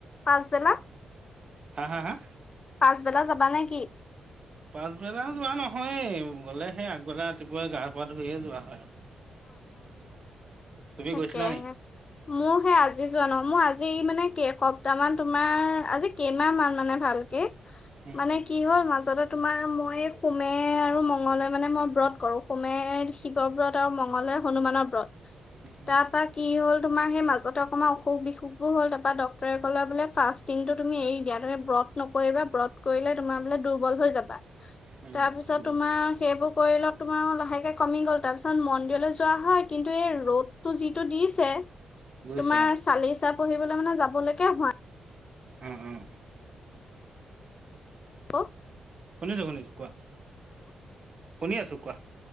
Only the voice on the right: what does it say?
হাঁ, হাঁ, হাঁ?
পাঁছবেলা যোৱা নহয়, গ'লে সেই আগবেলা ৰাতিপুৱাই গাপা ধুইয়ে যোৱা হয়। তুমি
গৈছিলা নি
উম
উম
উম
উম
উম গৈ
গৈছ
অ
উম, উম।
শুনিছো, শুনিছো, কোৱা। শুনি আছো কোৱা?